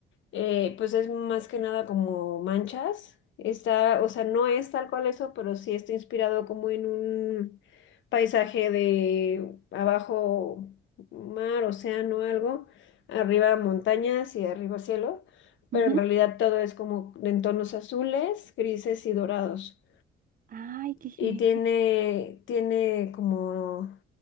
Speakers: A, on the left; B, on the right.
A: eh, pues es más que nada como manchas, está, o sea, no es tal cual eso, pero sí está inspirado como en un paisaje de abajo mar, océano, algo, arriba montañas y arriba cielo, pero
B: Ujú.
A: en realidad todo es como en tonos azules, grises y dorados.
B: Ay, qué genial.
A: y tiene, tiene como,